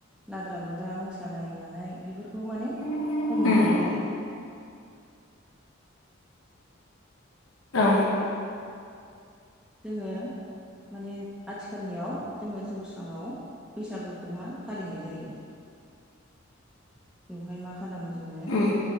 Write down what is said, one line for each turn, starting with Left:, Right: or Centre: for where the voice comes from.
Centre: लाद्रा लुद्रा मोसानाय मानाय बेफोरखौ माने
Left: उम
Centre: खम नुबोबाय आरो
Left: औ
Centre: जोङो माने आथिखालनियाव जोङो जौसाङाव बैसागोखौ मा फालिनाय जायो आरो बेवहाय मा खालामो जोङो
Left: उम